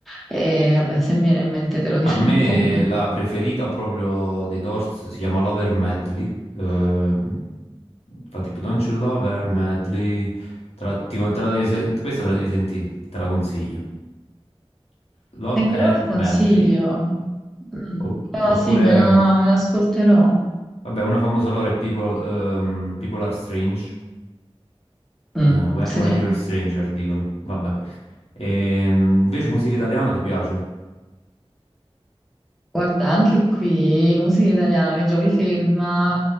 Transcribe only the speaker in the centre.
E vabbè, se mi viene in mente te lo dirò
<laughs> poi.
Seguirò
il consiglio.
Mm.
Ah,
sì, me la, me l'ascolterò.
Mm,
sì.
Guarda, anche qui, musica italiana, mi trovi ferma